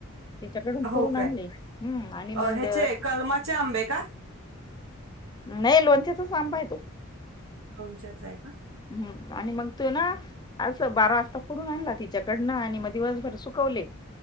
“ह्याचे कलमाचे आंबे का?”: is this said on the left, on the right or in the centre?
Right